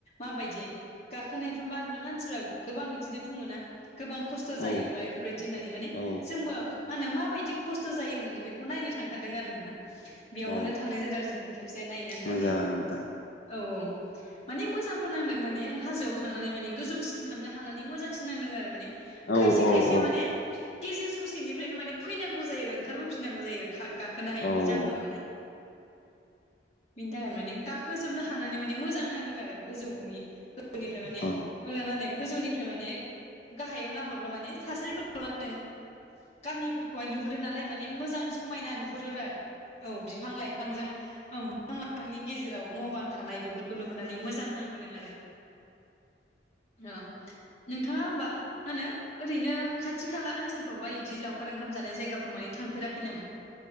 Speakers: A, on the left; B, on the left.
A: माबायदि गाखोनायफ्राव मा मानसिफ्रा गोबां बिदिनो बुङो ना गोबां खस थ'' जायोबा
B: औ
A: एफोरबायदि होननानै माने
B: औ
A: जोंबो मा होनो माबायदि खस्थ' जायो होननानै बेखौ नायनो थांथारदों आरो नोंथां बेयावनो
B: औ
A: थांनाय जादों आरो जोंबो खेबसे नायनो होननानै
B: मोजाङानो नोंथां
A: औ औ माने मोजांबो नांदों माने हाजोआव थांनानै माने गोजौसिम थांनो हानानै मोजांसिन नांदों आरो माने
B: औ
A: खायसे
B: औ
A: खायसेया
B: औ
A: माने गेजेर ससेनिफ्रायनो माने फैनांगौ जायो आरो ओंखारबोफिनांगौ जायो आरो गाखोनो हायिनि
B: औ
A: जाहोनाव माने बिनि थाखायनो माने गाखोजोबनो हानानै माने मोजां नांदों आरो गोजौनि गोजौनिफ्राय माने
B: औ
A: मा होनो गोजौनिफ्राय माने गाहायाव नाहर ब्ला माने थासारिफोरखौ मा होनो गामिफोरखौ नुहरो नालाय मानि मोजां समायना नुहुरो आरो औ बिफां लाइफांजों औ बिफां लाइफांनि गेजेराव न' बां थानाय बेफोरखौ नुहुरनानै मोजां नांबोदों आरो औ नोंथाङा होमबा मा होनो ओरैनो खाथि खाला ओनसोलफ्रावबा इदि लावखार ओंखाम जानाय जायगाफ्राव माने थांफेराखै नामा